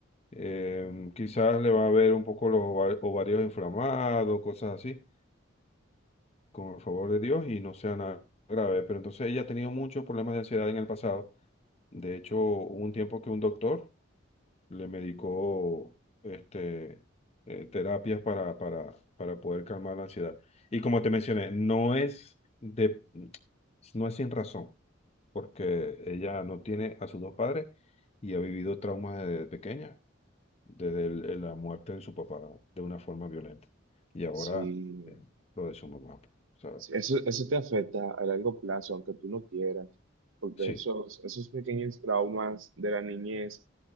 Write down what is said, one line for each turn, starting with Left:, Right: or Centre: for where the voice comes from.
Left: Eh, quizás le va a ver un poco los ova- ovarios inflamados, cosas así, con el favor de Dios, y no sea nada grave. Pero entonces ella ha tenido muchos problemas de ansiedad en el pasado De hecho, hubo un tiempo que un doctor le medicó este, eh, terapias para, para, para poder calmar la ansiedad. Y como te mencioné, no es de, no es sin razón, porque ella no tiene a sus dos padres y ha vivido traumas desde pequeña, desde el- el- la muerte de su papá de una forma violenta. Y ahora
Right: Sí,
Left: eh, lo de su mamá. O sea,
Right: Sí, Eso, eso te afecta a largo plazo, aunque tú no quieras, porque
Left: sí,
Right: esos, esos pequeños traumas de la niñez